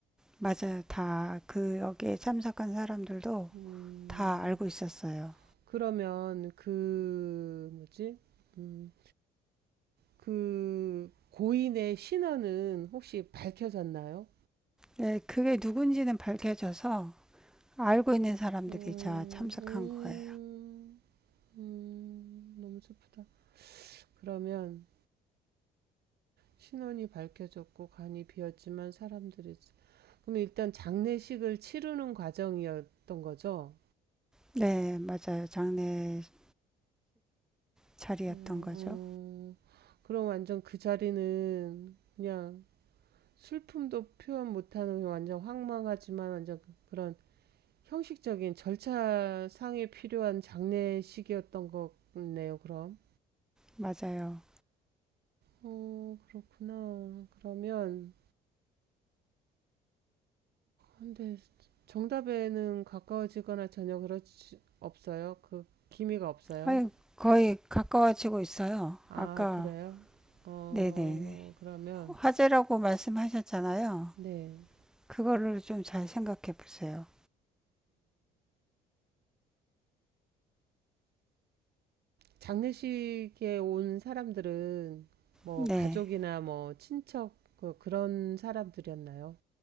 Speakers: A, in the centre; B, on the right (about 65°).
A: 맞아요. 다 그 여기에 참석한 사람들도
B: 음,
A: 다 알고 있었어요.
B: 그러면 그 뭐지? 음, 그 고인의 신원은 혹시 밝혀졌나요?
A: 네, 그게 누군지는 밝혀져서 알고 있는 사람들이
B: 음,
A: 다 참석한
B: 음,
A: 거예요.
B: 음, 너무 슬프다. 그러면 신원이 밝혀졌고 관이 비었지만 사람들이 그럼 일단 장례식을 치르는 과정이었던 거죠?
A: 네, 맞아요. 장례식 자리였던
B: 어,
A: 거죠.
B: 그럼 완전 그 자리는 그냥 슬픔도 표현 못하는 완전 황망하지만 완전 그, 그런 형식적인 절차상에 필요한 장례식이었던 거네요, 그럼.
A: 맞아요.
B: 어, 그렇구나. 그러면, 근데 정답에는 가까워지거나 전혀 그렇지, 없어요? 그 기미가 없어요?
A: 아니, 거의 가까워지고 있어요.
B: 아,
A: 아까,
B: 그래요? 어,
A: 네네.
B: 그러면,
A: 화제라고 말씀하셨잖아요.
B: 네.
A: 그거를 좀 잘 생각해 보세요.
B: 장례식에 온 사람들은 뭐
A: 네.
B: 가족이나 뭐 친척 그- 그런 사람들이었나요?